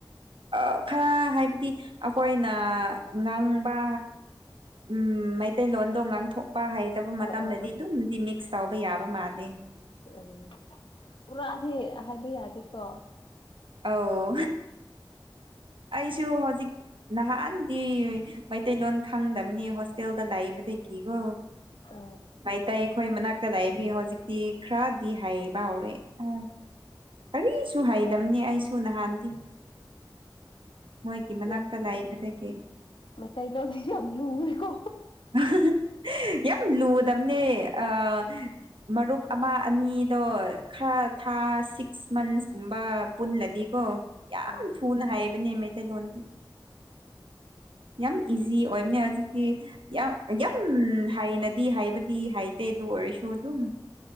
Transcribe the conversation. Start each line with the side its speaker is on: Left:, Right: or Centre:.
Right: ꯑꯥ ꯈꯔ ꯍꯥꯏꯕꯗꯤ ꯑꯈꯣꯏꯅ ꯉꯥꯡꯕꯥ ꯎꯝ ꯃꯩꯇꯩꯂꯣꯟꯗꯣ ꯉꯥꯡꯊꯣꯛ ꯄꯥ ꯍꯩꯇꯕ ꯃꯇꯝꯗꯗꯤ
Left: ꯑ ꯑ ꯑ
Right: ꯑꯗꯨꯝꯗꯤ ꯃꯤꯛꯁ ꯇꯧꯕ ꯌꯥꯕ ꯃꯥꯜꯂꯦ꯫
Left: ꯎꯝ ꯄꯨꯔꯥꯗꯤ ꯍꯥꯏꯕ ꯌꯥꯗꯦꯀꯣ꯫
Right: ꯑꯧ ꯑꯩꯁꯨ ꯍꯧꯖꯤꯛ ꯅꯍꯥꯟꯗꯤ ꯃꯩꯇꯩꯂꯣꯟ ꯈꯪꯗꯕꯅꯤ ꯍꯣꯁꯇꯦꯜꯗ ꯂꯥꯛꯏꯕꯗꯒꯤꯀꯣ
Left: ꯑ
Right: ꯃꯩꯇꯩ ꯈꯣꯏ ꯃꯅꯥꯛ ꯇ ꯂꯩꯕꯤ ꯍꯧꯖꯤꯛꯇꯤ ꯈꯔꯥꯗꯤ ꯍꯥꯏꯕ ꯍꯧꯔꯦ ꯑꯣ꯫ ꯀꯔꯤꯁꯨ ꯍꯩꯗꯝꯅꯤ ꯑꯩꯁꯨ ꯅꯍꯥꯟꯗꯤ꯫ ꯃꯣꯏꯒꯤ ꯃꯅꯥꯛꯇ
Left: ꯌꯥꯝ
Right: ꯂꯩꯕꯗꯒꯤ
Left: ꯃꯩꯇꯩꯂꯣꯟꯗꯤ ꯌꯥꯝ ꯂꯨꯏꯀꯣ
Right: <unintelligible> ꯌꯥꯝ ꯂꯨꯗꯝꯅꯦ ꯑ ꯃꯔꯨꯞ ꯑꯃ ꯑꯅꯤꯗꯣ ꯈꯔ ꯊꯥꯁꯤꯛ ꯁꯤꯛꯁ ꯃꯟꯁꯀꯨꯝꯕ ꯄꯨꯜꯂꯗꯤꯀꯣ ꯌꯥꯝ
Left: ꯑ
Right: ꯊꯨꯅ ꯍꯥꯏꯕꯅꯦ ꯃꯩꯇꯩꯂꯣꯟꯗꯤ꯫ ꯌꯥꯝ ꯏꯖꯤ ꯑꯣꯏꯕꯅꯦ ꯍꯧꯖꯤꯛꯇꯤ ꯌꯥꯝ ꯌꯥꯝ ꯍꯥꯏꯅꯗꯤ ꯍꯥꯏꯕꯗꯤ ꯍꯥꯏꯇꯦ ꯑꯗꯨ ꯑꯣꯏꯔꯁꯨ ꯑꯗꯨꯝ